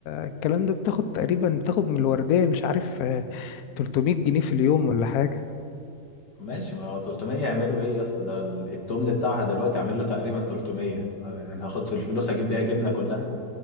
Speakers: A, on the left; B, on the left.
A: الكلام ده بتاخد تقريبا بتاخد من الوردية مش عارف آه، 300 جنيه في اليوم ولا حاجة
B: ماشي ما هو 300 يعملوا ايه يا اسطى ده ال- التمن بتاعها دلوقتي عامل له تقريبا 300 آه، يعني هاخد في الفلوس اجيب بيها جبنه كلها